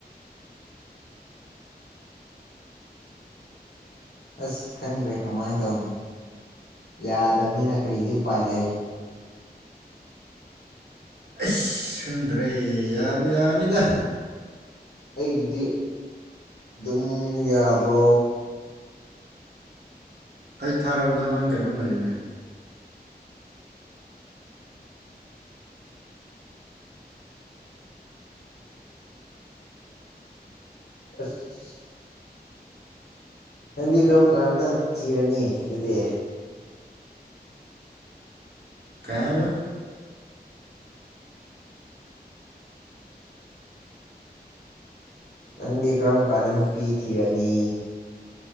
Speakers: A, on the left; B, on the right.
A: ꯑꯁ ꯈꯪꯗ꯭ꯔꯦ ꯀꯃꯥꯏꯅ ꯇꯧꯅꯤ ꯌꯥꯗꯕꯅꯤꯅ ꯀꯔꯤꯗꯤ ꯎꯄꯥꯏ ꯂꯩ
B: ꯑꯩꯁ ꯈꯪꯗ꯭ꯔꯦ ꯌꯥꯕꯨ ꯌꯥꯅꯤꯗ
A: ꯑꯩꯒꯤꯗꯤ ꯑꯗꯨꯝ ꯌꯥꯕ꯭ꯔꯣ
B: ꯑꯩ ꯊꯥꯔꯕꯗ ꯅꯪ ꯀꯩꯅꯣ ꯂꯩꯅꯦ
A: ꯑꯁ ꯅꯪꯗꯤ ꯀꯔꯝ ꯀꯥꯟꯗ ꯊꯤꯔꯅꯤ ꯑꯗꯨꯗꯤ
B: ꯀꯩ ꯍꯥꯏꯕ
A: ꯅꯪꯗꯤ ꯀꯔꯝ ꯀꯥꯟꯗ ꯅꯨꯄꯤ ꯊꯤꯔꯅꯤ